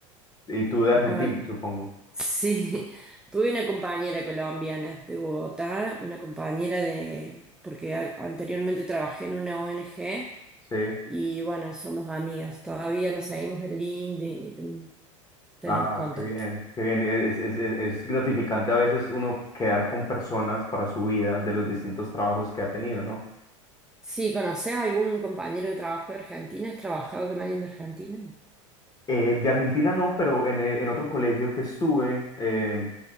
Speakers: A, on the left; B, in the centre.
A: y tú de Argentina,
B: Ah,
A: supongo.
B: sí, <laughs> tuve una compañera colombiana de Bogotá, una compañera de, porque a- anteriormente trabajé en una ONG
A: Sí.
B: y bueno, somos amigas, todavía nos seguimos en LinkedIn y ten- tenemos
A: Ah,
B: contacto.
A: qué bien, qué bien. Es, es, es- es gratificante a veces uno quedar con personas para su vida de los distintos trabajos que ha tenido, ¿no?
B: Sí, ¿conoces a algún compañero de trabajo de Argentina? ¿Has trabajado con alguien de Argentina?
A: Eh, de Argentina no, pero en, eh, en otro colegio que estuve, eh,